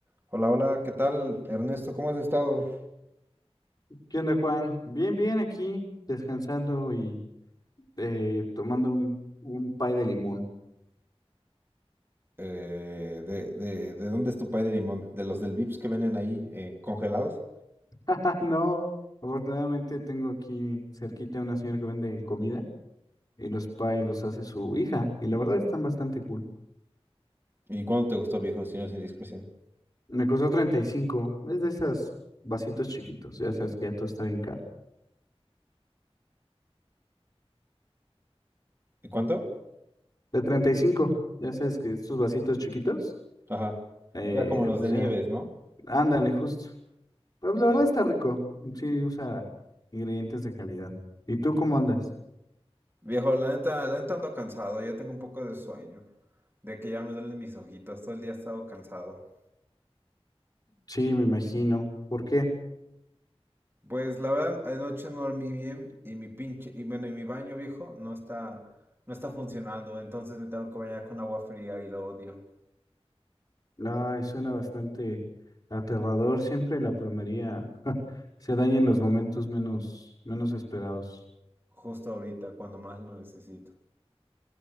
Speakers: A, on the right (about 20°); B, on the left (about 40°).
A: Hola, hola, ¿qué tal, Ernesto? ¿Cómo has estado?
B: ¿Qué onda, Juan? Bien, bien, aquí descansando y eh, tomando un, un pay de limón.
A: Eh, de, de- de dónde es tu pay de limón? ¿De los del Vips que venden ahí eh, congelados?
B: <laughs> Ah, no, afortunadamente tengo aquí cerquita una señora que vende comida y los pay los hace su hija y la verdad están bastante cool.
A: ¿Y cuánto te gustó, viejo, si no es indiscreción?
B: Me costó 35, es de esas vasitos chiquitos, ya sabes que ya todo está bien caro.
A: ¿Y cuánto?
B: De 35, ya sabes que estos vasitos chiquitos,
A: Ajá.
B: eh,
A: Ya como los
B: pues
A: de
B: ya,
A: Nieves, ¿no?
B: ándale, justo. Pero la
A: Ya.
B: verdad está rico, sí usa ingredientes de calidad. ¿Y tú cómo andas?
A: Viejo, la neta, la neta ando cansado, ya tengo un poco de sueño, de que ya me duelen mis ojitos, todo el día he estado cansado.
B: Sí, me imagino. ¿Por qué?
A: Pues la verdad, anoche no dormí bien y mi pinche, y bueno, y mi baño viejo no está, no está funcionando, entonces me tengo que bañar con agua fría y lo odio.
B: Ay, suena bastante aterrador. Siempre la plomería <laughs> se daña en los momentos menos, menos esperados.
A: justo ahorita, cuando más lo necesito.